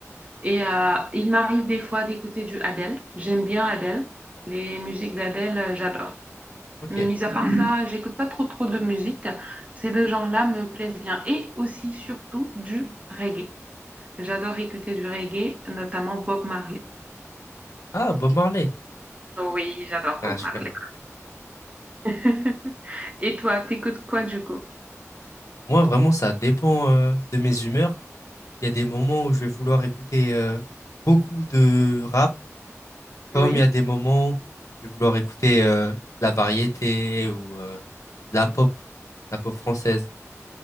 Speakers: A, on the right (about 25°); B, on the left (about 80°).
A: Et euh, il m'arrive des fois d'écouter du Adele. J'aime bien Adele. Les musiques d'Adele, euh, j'adore.
B: Ok.
A: Mais mis à part ça, <clears throat> j'écoute pas trop trop de musique. Ces deux genres-là me plaisent bien. Et aussi, surtout, du reggae. J'adore écouter du reggae, notamment Bob Marley.
B: Ah, Bob Marley.
A: Oui, j'adore
B: Ouais,
A: Bob
B: je
A: Marley.
B: connais.
A: <laughs> Et toi, t'écoutes quoi du coup?
B: Moi, vraiment, ça dépend euh, de mes humeurs. Il y a des moments où je vais vouloir écouter euh, beaucoup de rap, comme
A: Oui.
B: il y a des moments où je vais vouloir écouter euh, la variété ou euh, la pop, la pop française.